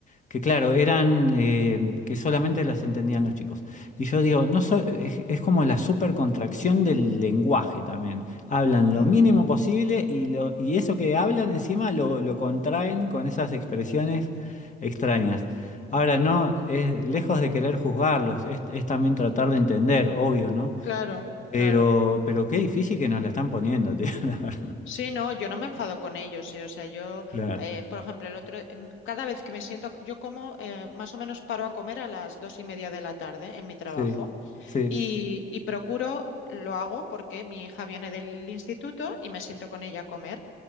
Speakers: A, on the left; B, on the left.
A: Que claro, eran eh, que solamente las entendían los chicos. Y yo digo, no so- es, es como la supercontracción del lenguaje también. Hablan
B: Mm,
A: lo mínimo posible y, lo, y eso que hablan encima lo, lo contraen con esas expresiones extrañas. Ahora, no, es lejos de querer juzgarlos, es, es también tratar de entender, obvio, ¿no?
B: claro,
A: Pero,
B: claro.
A: pero qué difícil que nos la están poniendo, tío. <laughs>
B: Sí, no, yo no me enfado con ellos, eh, O sea, yo,
A: Claro.
B: eh, por ejemplo, el otro, em, cada vez que me siento, yo como, eh, más o menos paro a comer a las dos y media de la tarde en mi trabajo
A: Sí, sí.
B: y, y procuro, lo hago porque mi hija viene del instituto y me siento con ella a comer.